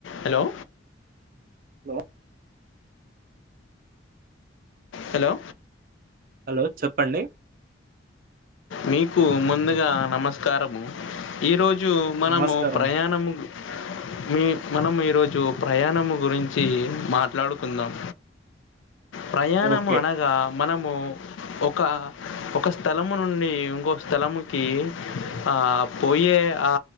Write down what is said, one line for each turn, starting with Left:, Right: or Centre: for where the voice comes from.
Left: Hello
Right: లో
Left: hello
Right: hello చెప్పండి
Left: మీకు ముందుగా నమస్కారము ఈరోజు మనము
Right: నమస్కారం
Left: ప్రయాణము
Right: అండి
Left: గు మీ మనం ఈరోజు ప్రయాణం గురించి మాట్లాడుకుందాం ప్రయాణము
Right: ఓకే
Left: అనగా మనము ఒక ఒక స్థలము నుం డి ఇంకో స్థలముకి ఆ పోయే ఆ